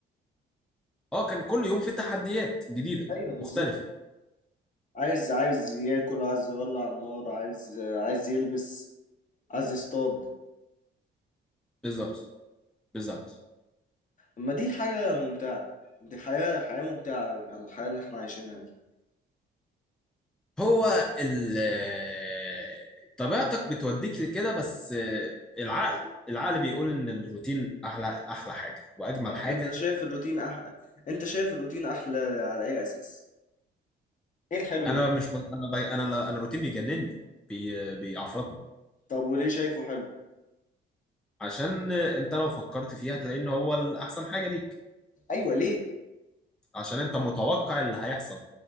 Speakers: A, in the centre; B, on the left.
A: اه كان كل يوم في تحديات جديده
B: ايوه بالظبط
A: مختلفه
B: عايز عايز ياكل عايز يولع النار عايز عايز يلبس عايز يصطاد
A: بالظبط بالظبط
B: اما دي حاجة ممتعة دي حياة حياة ممتعة أوي على الحياة اللي احنا عايشينها دي
A: هو ال آه، طبيعتك بتوديك لكده بس آه، العقل العقل بيقول ان الروتين احلى احلى حاجه واجمل
B: طب
A: حاجه
B: انت شايف الروتين أح... انت شايف الروتين احلى على اي اساس ايه الحلو
A: انا
B: اللي
A: مش ب... انا ب... انا لا- انا الروتين بيجنني بي... بيعفرطني
B: طب وليه شايفه حلو
A: عشان انت لو فكرت فيها هتلاقي ان هو الاحسن حاجه ليك
B: ايوه ليه
A: عشان انت متوقع اللي هيحصل